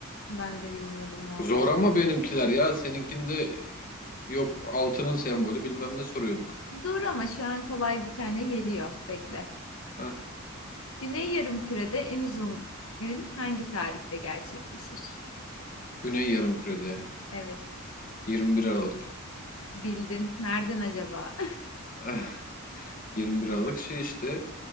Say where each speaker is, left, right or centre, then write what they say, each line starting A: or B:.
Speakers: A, on the left; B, on the left.
A: ben de bilmiyordum valla.
B: Zor ama benimkiler ya. Seninkinde yok altının sembolü bilmem ne soruyorduk.
A: Dur ama şu an kolay bir tane geliyor. Bekle.
B: Heh,
A: Güney Yarımküre'de en uzun gün hangi tarihte gerçekleşir?
B: Güney Yarımküre'de
A: Evet,
B: 21 Aralık.
A: bildin. Nereden acaba?
B: Eh, 21 Aralık şey işte